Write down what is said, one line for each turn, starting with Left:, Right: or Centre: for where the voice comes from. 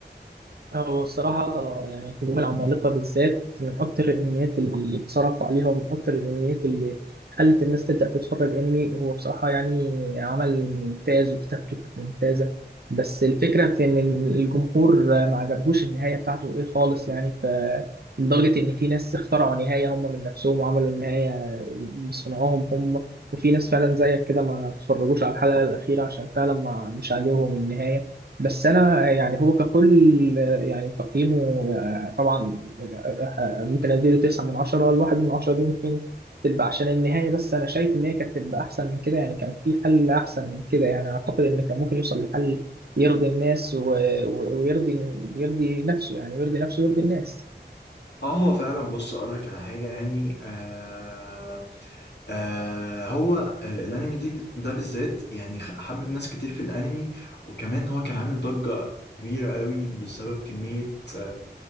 Right: هو الصراحة يعني الهجوم العمالقة بالذات من أكتر الأنميات اللي اتصرف عليها ومن أكتر الأنميات اللي خلت الناس تبدأ تتفرج أنمي هو بصراحة يعني عمل ممتاز وكتابته كانت ممتازة بس الفكرة في إن الجمهور ما عجبهوش النهاية بتاعته إيه خالص يعني ف لدرجة إن في ناس اخترعوا نهاية هم من نفسهم وعملوا النهاية بصنعهم هم وفي ناس فعلا زيك كده ما اتفرجوش على الحلقة الأخيرة عشان فعلا ما مش عاجبهم النهاية بس انا يعني هو ككل يعني تقييمه آه، طبعا آه، آه، ممكن اديله تسعة من عشرة الواحد من عشرة دي ممكن تبقى عشان النهاية بس أنا شايف إن هي كانت تبقى أحسن من كده يعني كان في حل أحسن من كده يعني أعتقد إن كان ممكن يوصل لحل يرضي الناس و... و... ويرضي يرضي نفسه يعني ويرضي نفسه ويرضي الناس
Left: اه هو فعلا بص اقول لك على حاجه يعني آه آه هو آه الانمي دي ده بالذات يعني خ- حبب ناس كتير في الانمي وكمان هو كان عامل ضجة كبيرة قوي بسبب كمية آه